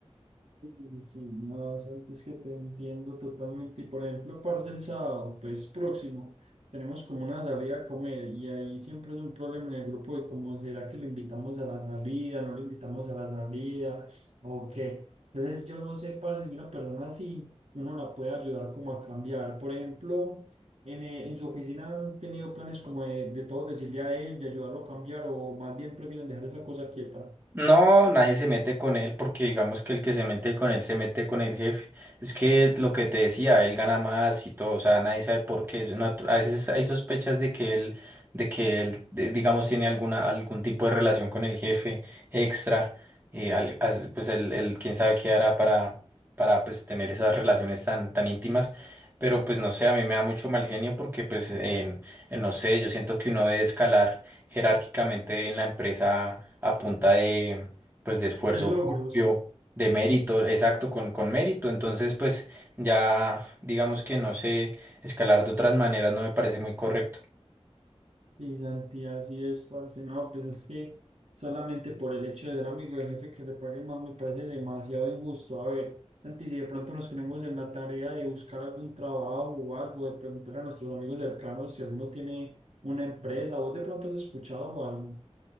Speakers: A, on the right (about 80°); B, on the right (about 20°).
A: Sí, sí, no, Santi, es que te entiendo totalmente. Y por ejemplo, parce, el sábado, pues próximo, tenemos como una salida a comer y ahí siempre es un problema en el grupo de cómo será que lo invitamos a la salida, no lo invitamos a la salida o qué. Entonces, yo no sé, parce, si una persona así, uno la puede ayudar como a cambiar. Por ejemplo, en, eh, en su oficina han tenido planes como de, de todo decirle a él, de ayudarlo a cambiar o más bien prefieren dejar esa cosa quieta.
B: No, nadie se mete con él porque digamos que el que se mete con él se mete con el jefe. Es que lo que te decía, él gana más y todo, o sea, nadie sabe por qué. Es una- a veces hay sospechas de que él, de que él, de- digamos, tiene alguna, algún tipo de relación con el jefe extra. eh, al- as- pues él, él quién sabe qué hará para, para pues tener esas relaciones tan, tan íntimas. Pero pues no sé, a mí me da mucho mal genio porque pues en, en, no sé, yo siento que uno debe escalar jerárquicamente en la empresa a punta de, pues, de esfuerzo
A: De logros.
B: propio, de mérito, exacto, con, con mérito. Entonces, pues ya digamos que no sé, escalar de otras maneras no me parece muy correcto.
A: Y Santi, así es, parce. No, pues es que solamente por el hecho de ser amigo del jefe que le paguen más me parece demasiado injusto. A ver, Santi, si de pronto nos ponemos en la tarea de buscar algún trabajo o algo, de preguntar a nuestros amigos cercanos si alguno tiene una empresa, ¿vos de pronto has escuchado o algo?